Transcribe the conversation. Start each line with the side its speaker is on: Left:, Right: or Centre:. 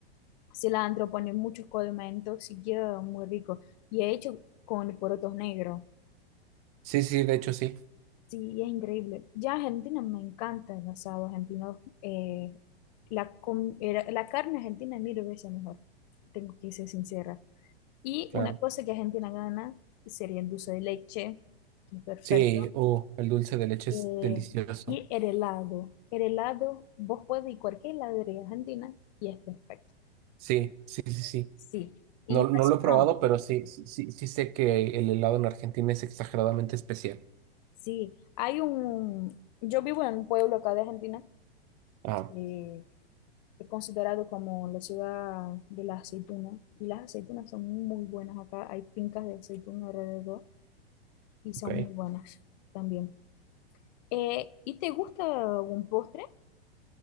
Left: cilantro, pone muchos condimentos y queda muy rico. Y he hecho con porotos negros.
Right: Sí, sí, de hecho, sí,
Left: Sí, es increíble. Ya Argentina me encanta el asado argentino. eh, la, com- era- la carne argentina es mil veces mejor, tengo que ser sincera. Y
Right: claro.
Left: una cosa que Argentina gana sería el dulce de leche, que es perfecto.
Right: Sí, oh, el dulce de leche
Left: eh,
Right: es delicioso.
Left: y el helado. El helado, vos puedes ir a cualquier heladería argentina y es perfecto.
Right: Sí, sí, sí, sí.
Left: Sí, y
Right: No,
Left: impresionó.
Right: no lo he probado, pero sí, sí, sí, sí sé que el helado en Argentina es exageradamente especial.
Left: Sí, hay un... Yo vivo en un pueblo acá de Argentina.
Right: Ah,
Left: eh, es considerado como la ciudad de las aceitunas. Y las aceitunas son muy buenas acá. Hay fincas de aceituna alrededor y son
Right: ok.
Left: muy buenas también. Eh, ¿y te gusta algún postre?